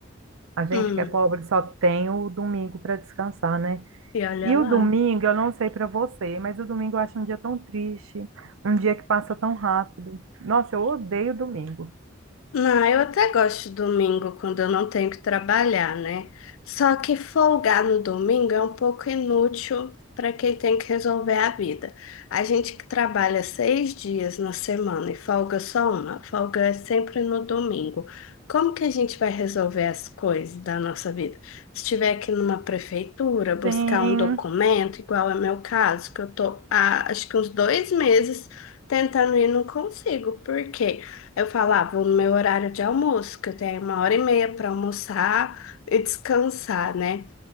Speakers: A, on the right (about 80°); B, on the left (about 80°).
A: A gente
B: Hum,
A: que é pobre só tem o domingo para descansar, né?
B: e olha
A: E
B: lá.
A: o domingo, eu não sei para você, mas o domingo eu acho um dia tão triste, um dia que passa tão rápido. Nossa, eu odeio domingo.
B: Não, eu até gosto de domingo quando eu não tenho que trabalhar, né? Só que folgar no domingo é um pouco inútil para quem tem que resolver a vida. A gente que trabalha seis dias na semana e folga só uma, folga é sempre no domingo. Como que a gente vai resolver as coisas da nossa vida? Se estiver aqui numa prefeitura, buscar
A: Sim,
B: um documento, igual é meu caso, que eu tô há acho que uns dois meses tentando e não consigo. Por quê? Eu falava, vou no meu horário de almoço, que eu tenho uma hora e meia para almoçar e descansar, né?